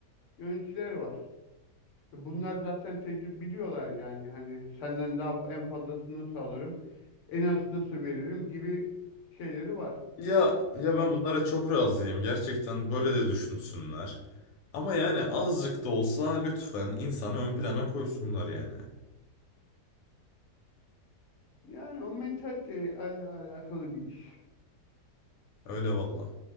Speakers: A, on the left (about 55°); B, on the left (about 80°).
A: yöneticiler var. Ve Bunlar zaten tecrübe biliyorlar yani. Hani senden daha en fazlasını nasıl alırım, en az nasıl veririm gibi şeyleri var.
B: Ya ya
A: Bir,
B: ben bunlara çok razıyım. Gerçekten böyle de düşünsünler. Ama yani azıcık da olsa lütfen insanı ön plana koysunlar yani.
A: yani o mentaliteyle al- alakalı bir iş.
B: Öyle valla.